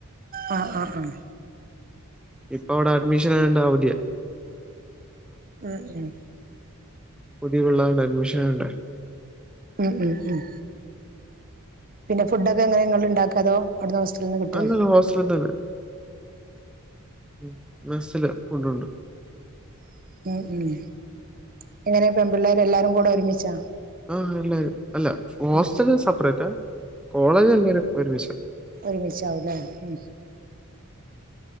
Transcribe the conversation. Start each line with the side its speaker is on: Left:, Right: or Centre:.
Right: ആഹ് ആഹ് ആഹ്
Centre: ഇപ്പ അവിടെ അഡ്മിഷൻ ആയോണ്ട അവധിയ
Right: ആ ഉം
Centre: <unintelligible> അഡ്മിഷൻ ഇണ്ടാരുന്നു.
Right: ഉം ഉം ഉം പിന്നെ ഫുഡ് ഒക്കെ എങ്ങനെ ഇങ്ങള് ഇണ്ടാക്കോ അതോ? അവിടുന്ന് ഹോസ്റ്റലിൽ നിന്ന് കിട്ടുവോ
Centre: അല്ലല്ല ഹോസ്റ്റലിൽ തന്നെ ഉം മെസ്സില് ഫുഡ്ഡുണ്ട്.
Right: <unintelligible>
Centre: ആ എല്ലാരും അല്ല ഹോസ്റ്റല്
Right: ഉം
Centre: സെപ്പറേറ്റാ കോളേജ് എല്ലാരും ഒരുമിച്ചാ.
Right: ഒരുമിച്ചാവും ല്ലേ ഉം